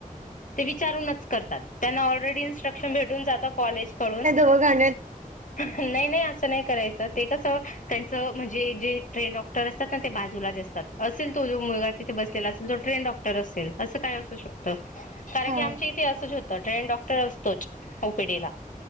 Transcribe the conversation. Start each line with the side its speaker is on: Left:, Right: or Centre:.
Left: विचार त्यांना ऑलरेडी इ्रक्शन भेटून जात डून
Right: हो गा
Left: नाही नाही असं नाही करायचं ते कस त्यांचं म्हणजे जे ट्रेन डॉक्टर असतात ना ते बाजूलाच असतात अस असेल तो जो मुलगा तिथे बसलेला असे तो ट्रेन डॉक्टर असेल असं काय असू शकतं कारण
Right: हा
Left: की आमच्या इथे असंच होतं ट्रेन डॉक्टर असतोच ओपीडीला